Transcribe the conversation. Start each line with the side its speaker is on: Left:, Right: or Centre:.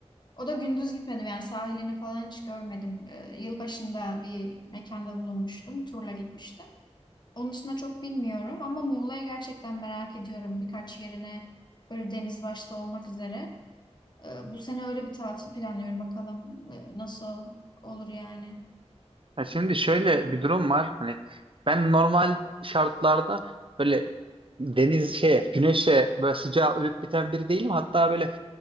Left: O da gündüz gitmedim yani sahilini falan hiç görmedim. Ee, yılbaşında bir mekanda bulunmuştum. Turla gitmiştim. Onun dışında çok bilmiyorum ama Muğla'ya gerçekten merak ediyorum birkaç yerine böyle deniz başta olmak üzere. Ee, bu sene öyle bir tatil planlıyorum bakalım e, nasıl olur yani.
Right: Ya şimdi şöyle bir durum var. Hani ben normal şartlarda böyle deniz şeye, güneşe böyle sıcağa ölüp biten biri değilim. Hatta böyle